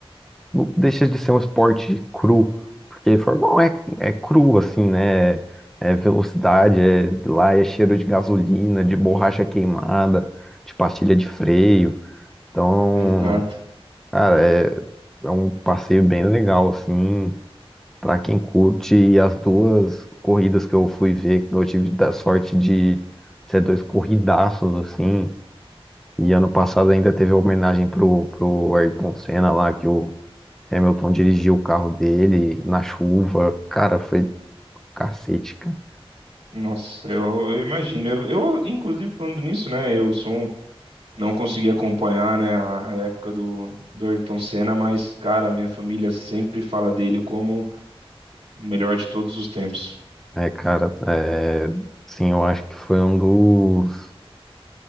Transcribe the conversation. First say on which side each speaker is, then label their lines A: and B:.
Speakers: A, in the centre; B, on the right (about 90°).
A: Não deixa de ser um esporte cru, porque formal é, é cru, assim, né? É é velocidade, é, lá é cheiro de gasolina, de borracha queimada, de pastilha de freio. Então,
B: Exato.
A: cara, é, é um passeio bem legal, assim, pra quem curte. E as duas corridas que eu fui ver, eu tive da sorte de ser dois corridaços, assim. E ano passado ainda teve a homenagem pro, pro Ayrton Senna lá, que o Hamilton dirigiu o carro dele na chuva. Cara, foi cacete, cara.
B: Nossa, eu, eu imagino. Eu, eu, inclusive, falando nisso, né, eu sou, um, não consegui acompanhar, né, a a época do, do Ayrton Senna, mas, cara, minha família sempre fala dele como o melhor de todos os tempos.
A: É, cara, é, sim, eu acho que foi um dos.